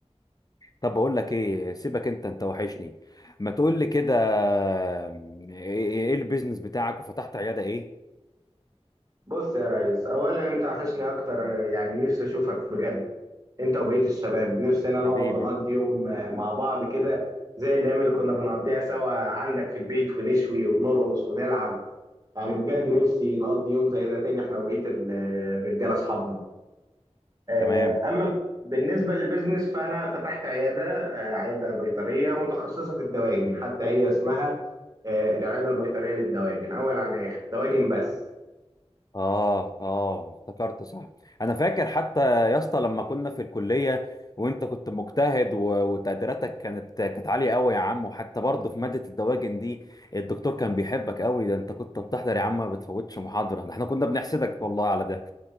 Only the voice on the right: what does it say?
بص يا ريس اولا انت وحشني اكتر يعني نفسي اشوفك بجد انت وبقيه الشباب نفسنا نقعد
ونقضي يوم آه، مع بعض كده زي الايام اللي كنا بنقضيها سوا عندك في البيت ونشوي ونرقص ونلعب يعني بجد نفسي نقضي يوم زي ده تاني احنا وبقية ال- الرجالة اصحابنا آه،
اما بالنسبة للبيزنس فانا فتحت عيادة آه، عيادة بيطرية متخصصة في الدواجن حتى هي اسمها آه، العيادة البيطرية للدواجن اول عن اخر دواجن بس